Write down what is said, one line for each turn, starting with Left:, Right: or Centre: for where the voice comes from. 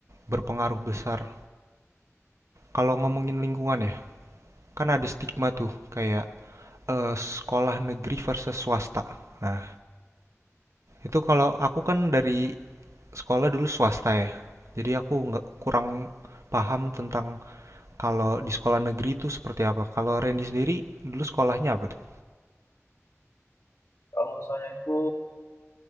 Right: berpengaruh besar. Kalau ngomongin lingkungan ya, kan ada stigma tuh kayak eh, sekolah negeri versus swasta. Nah, itu kalau aku kan dari sekolah dulu swasta ya. Jadi aku nggak kurang paham tentang kalau di sekolah negeri itu seperti apa. Kalau Randy sendiri dulu sekolahnya apa tuh?
Left: kalau saya itu